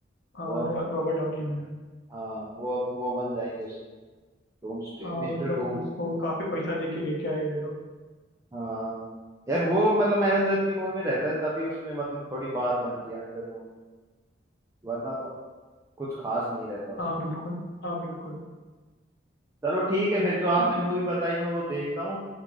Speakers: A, on the left; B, on the right.
A: हाँ
B: वो अब
A: रो- रॉबर्ट डाउनी जूनियर
B: हाँ वो अब वो बन जाएंगे उसमें डूम्सडे
A: हाँ
B: मिस्टर
A: मतलब
B: डूम
A: वो उसको काफी पैसा दे के लेके आए ये लोग
B: हाँ यार वो मतलब एवेंजर्स की मूवी में रहता है तभी उसमें मतलब थोड़ी बात बनती है एवेंजर मूवी वरना तो कुछ खास नहीं रहता उसमें
A: हाँ बिल्कुल हाँ बिल्कुल
B: चलो ठीक है फिर जो आपने
A: ठीक
B: मूवी
A: है
B: बताई मैं वो देखता हूँ